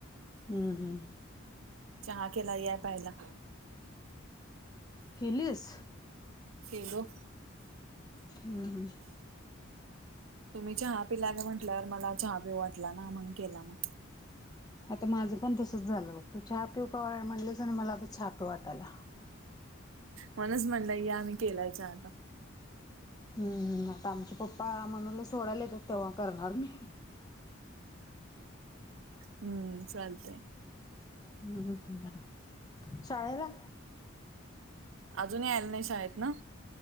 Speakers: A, on the left (about 20°); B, on the right (about 75°).
A: हम्म हम्म.
B: चहा केला या प्यायला.
A: केलीस
B: केलो.
A: हम्म हम्म.
B: तुम्ही चहा पिलानी म्हंटल्यावर मला चहा पिऊ वाटला ना म्हणून केला ना.
A: आता माझं पण तसच झालं बघ तू चहा पिव का म्हणलेस आणि मला आता चहा पिऊ वाटायला.
B: म्हणच म्हणलंय आम्ही केलायच आता.
A: हम्म हम्म आता आमचे पप्पा मनूला सोडायला येतात तेव्हा करणार मी.
B: हम्म चालतय.
A: हम्म हम्म शाळेला
B: अजूनही आयला नाही शाळेत ना?